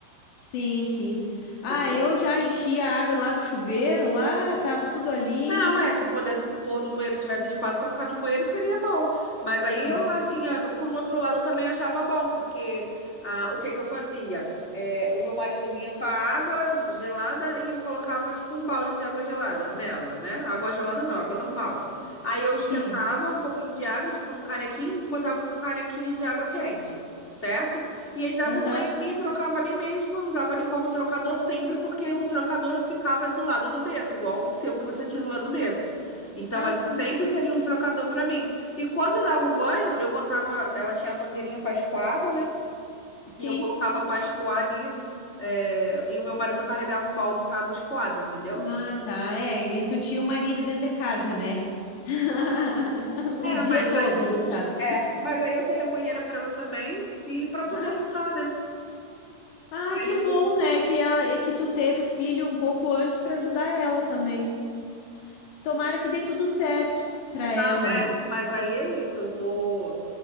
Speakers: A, on the left (about 85°); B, on the left (about 15°).
A: Sim, sim.
B: entendeu?
A: Ah, eu já enchi a água lá do chuveiro, lá, tava tudo ali.
B: Não, é, se pudesse pôr no banheiro, e tivesse espaço para ficar no banheiro, seria bom. Mas aí eu,
A: É.
B: assim, eu- por um outro lado, eu também achava bom, porque ah, o que que eu fazia? É, o meu marido vinha com a água gelada e eu colocava, tipo, um balde de água gelada nela, né? Água gelada não, água normal. Aí
A: Sim.
B: eu esquentava um pouquinho de água, tipo, num canequinho, botava um canequinho de água quente, certo? E aí dava
A: Aham.
B: o banho ali, trocava ali mesmo, eu usava ali como trocador sempre, porque o trocador ficava do lado do berço, igual o seu que você tinha do lado do berço. Então
A: Ah,
B: ali
A: sim.
B: sempre seria um trocador para mim. E quando eu dava o banho, eu botava, ela tinha a mangueirinha para escoar água, né?
A: Sim.
B: E eu colocava para escoar ali, é, e o meu marido carregava o balde com a água escoada, entendeu?
A: Ah, tá. É, e tu tinha o marido dentro de casa, né? <laughs> O
B: É,
A: dia
B: mas
A: todo,
B: aí,
A: no caso.
B: é, mas aí eu dei a banheira para ela também e para poder
A: Ah,
B: ajudar,
A: sim.
B: né?
A: Ah,
B: Aí,
A: que bom,
B: eu-
A: né? Que ela, é que tu teve filho um pouco antes para ajudar ela também. Tomara que dê tudo certo pra
B: na-
A: ela,
B: é,
A: amiga.
B: mas aí é isso, eu vou